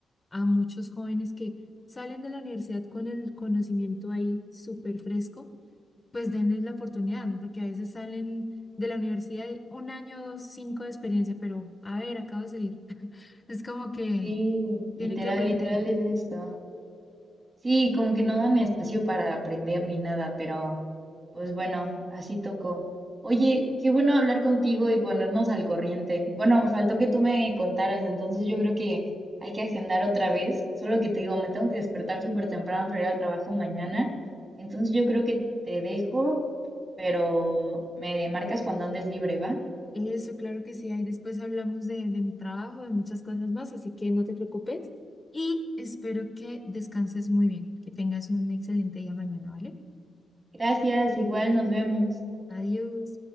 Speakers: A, on the left (about 20°); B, on the right (about 35°).
A: a muchos jóvenes que salen de la universidad con el conocimiento ahí súper fresco, pues denles la oportunidad, ¿no? Porque a veces salen de la universidad y un año, dos, cinco de experiencia, pero a ver, acabo de salir. <laughs> Es como que
B: Sí, literal,
A: tienen que aprender.
B: literal es esto. Sí, como que no dan espacio para aprender ni nada, pero pues bueno, así tocó. Oye, qué bueno hablar contigo y ponernos al corriente. Bueno, faltó que tú me contaras, entonces yo creo que hay que agendar otra vez. Solo que te digo, me tengo que despertar súper temprano para ir al trabajo mañana. Entonces yo creo que te dejo, pero me marcas cuando andes libre, ¿va?
A: Eso, claro que sí. Ahí después hablamos de, de mi trabajo, de muchas cosas más, así que no te preocupes y espero que descanses muy bien, que tengas un excelente día mañana, ¿vale?
B: Gracias, igual nos vemos.
A: Adiós.